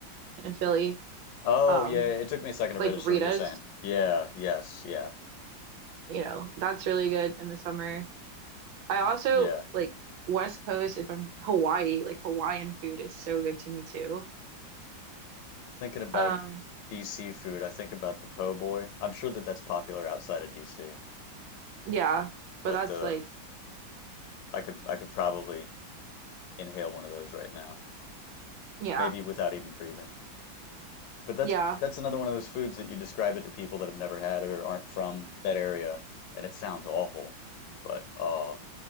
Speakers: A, on the right; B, on the left.
A: in Philly.
B: Oh,
A: Um,
B: yeah, it took me a second to
A: like
B: register
A: Rita's,
B: what you're saying. Yeah, yes, yeah.
A: you know, that's really good in the summer. I also
B: Yeah.
A: like West Coast, if I'm Hawaii, like Hawaiian food is so good to me too.
B: Thinking about
A: Um,
B: DC food, I think about the po' boy. I'm sure that that's popular outside of DC,
A: yeah, but
B: but
A: that's
B: the
A: like,
B: I could I could probably inhale one of those right now,
A: yeah,
B: maybe without even breathing. But that's
A: yeah.
B: that's another one of those foods that you describe it to people that have never had it or aren't from that area, and it sounds awful. But uh,